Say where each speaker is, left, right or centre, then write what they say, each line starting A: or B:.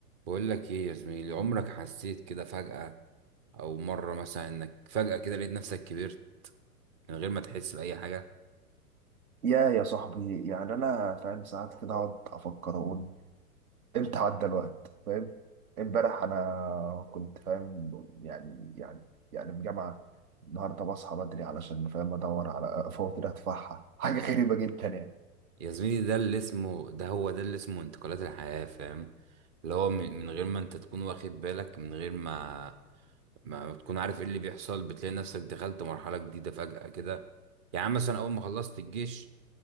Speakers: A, on the right (about 20°); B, on the right (about 70°).
A: بقول لك ايه يا زميلي عمرك حسيت كده فجأة او مرة مثلا انك فجأة كده لقيت نفسك كبرت من غير ما تحس بأي حاجة
B: يا يا صاحبي يعني انا فاهم ساعات كده اقعد افكر اقول امتى عدى الوقت فاهم امبارح انا كنت فاهم يعني يعني يعني في جامعه النهارده بصحى بدري علشان فاهم ادور على فواتير ادفعها حاجه غريبه جدا يعني
A: يا زميلي ده اللي اسمه ده هو ده اللي اسمه انتقالات الحياة فاهم اللي هو من من غير ما انت تكون واخد بالك من غير ما ما تكون عارف ايه اللي بيحصل بتلاقي نفسك دخلت مرحلة جديدة فجأة كده يعني مثلا اول ما خلصت الجيش